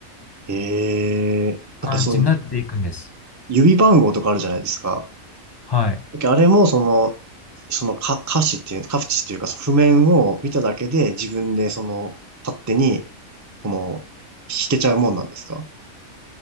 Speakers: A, on the right; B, on the left.
A: えー、
B: 感じになっていくんです。
A: なんかその指番号とかあるじゃないですか。
B: はい。
A: なんかあれもその、そのか歌詞っていう、歌詞っていうか、その譜面を見ただけで自分でその勝手に、この、弾けちゃうもんなんですか